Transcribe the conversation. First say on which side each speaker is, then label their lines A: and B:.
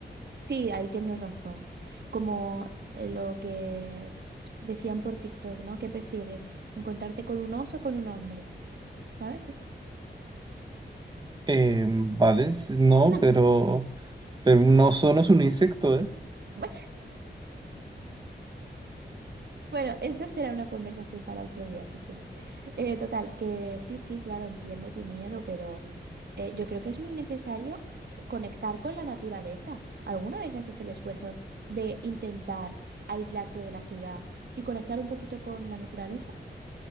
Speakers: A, on the right; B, on the right.
A: Sí, ahí tienes razón. Como eh, lo que decían por TikTok, ¿no? ¿Qué prefieres? ¿Encontrarte con un oso o con un hombre? ¿Sabes eso?
B: Eh, vale, s- no,
A: <laughs>
B: pero, pero un oso no es un insecto, ¿eh?
A: No. Bueno, eso será una conversación para otro día, si quieres. Eh, total, que sí, sí, claro, entiendo tu miedo, pero eh, yo creo que es muy necesario eh, conectar con la naturaleza. ¿Alguna vez has hecho el esfuerzo de intentar aislarte de la ciudad y conectar un poquito con la naturaleza?